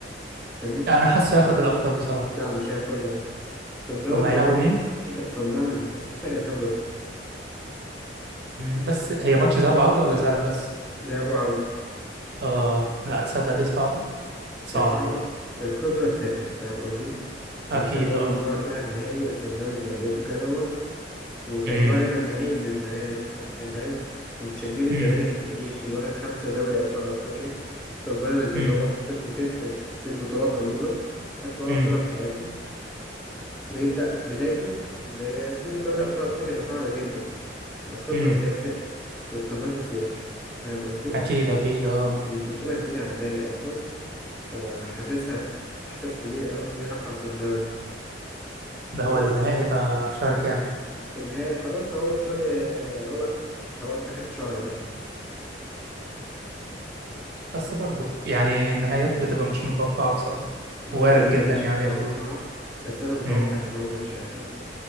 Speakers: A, in the centre; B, on the right (about 60°).
A: فاهمني؟
B: انا حاسه هياخد الابطال بصراحه
A: لا مش هياخدها صن داونز
B: هم هيلعبوا
A: برضه
B: مين
A: في فرق صن داونز بس في فرق خبرة
B: مم، بس هي ماتش ذهاب وعوده ولا ذهاب بس
A: زي أبو عوف
B: اه لا تصدق دي صعبه صعبه
A: هي صعبة
B: دي
A: الخبرة بتفرق فاهم قصدي
B: اكيد
A: انت اول
B: اه
A: مرة تلعب نهائي بس سان داونز لعبته كذا مرة وكانت
B: امم
A: واخدة النهائي من الزمالك فاهم كنت هتجيب الزمالك
B: امم
A: التاريخي اللي واخد خمسة دوري ابطال افريقيا قصاد بيراميدز
B: امم
A: اللي هو حاصل له صفر في البطولات عموما خدش ولا
B: امم
A: بطولة في حياته ويبدأ بدايته ببطولة دوري ابطال افريقيا ده صعبة جدا الخبرة
B: أمم.
A: بتفرق والتمرس بيفرق فاهم قصدي
B: اكيد اكيد اه
A: ال- البطولة كبيرة على النادي أصلا فحاسسها بإحساس كبير قوي إن هي رايحة لصن داونز
B: ده هو
A: بس
B: النهائي بقى في شهر كام
A: النهائي خلاص هو في شهر رابع خلاص آخر الشهر ده
B: بس برضه يعني النهايات بتبقى مش متوقعه بصراحه
A: بص
B: وارد
A: هي
B: جدا
A: مش
B: يعني
A: متوقعة
B: ياخدوه
A: بس أنا متوقع
B: امم
A: إن هم مش هياخدوه